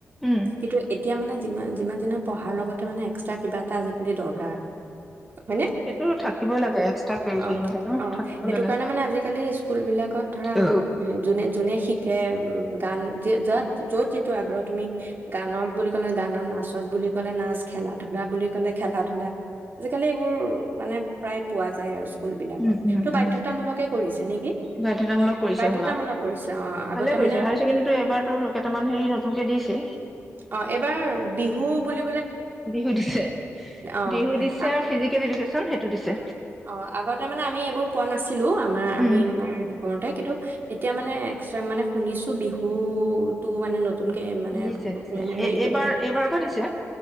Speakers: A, in the centre; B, on the right.
A: উম
B: কিন্তু এতিয়া মানে যিমান যিমান দিনৰ পঢ়াৰ লগতে মানে এক্সট্ৰা কিবা এটা আজিকালি দৰকাৰ হয়নে?
A: সেইটো থাকিবই লাগে এক্সট্ৰা
B: অ
A: ম ন
B: অ
A: থাকিব
B: সেইটো
A: লাগে
B: কাৰণে মানে আজিকালি স্কুল বিলাকত ধৰা
A: উম
B: যোনে যোনে শিকে উ গান যাত য'ত যিটো আগ্ৰহত তুমি গানত বুলি লে গানত নাচত বুলি ক'লে নাচ খেলা ধূলা বুলি কলে খেলা ধূলা আজিকালি এইবোৰ মানে প্ৰায় পোৱা যায় আৰু স্কুলবিলাকত
A: উম
B: তটো
A: উম
B: বাধ্যয়তামূলকে
A: উম
B: কৰিছে নেকি
A: বাধ্যতামূলক কৰিছে
B: বাধ্য়তামূলক
A: হ'লা
B: কৰিছে অ আগতে
A: ভালে কৰিছে
B: মানে
A: হায়াৰ ছেকেণ্ডেৰীটো এবাৰতো কেইটামান হেৰি নতুনকে দিছে
B: অ এইবাৰ বিহু অঁ বুলি
A: বিহু দিছে
B: অ
A: বিহু দিছে ফিজিকেল এডুকেশচন সেইটো দিছে
B: অ', আগতে আমি এইবোৰ পোৱা নাছিলো আমাৰ আমি
A: উম
B: কৰোতে কিন্তু এতিয়া মানে এক মানে শুনিছো বিহুতটো মানে নতুনক মানে
A: দিছে দিছে
B: হে
A: এ এইবাৰ এইবাৰৰ পৰা দিছে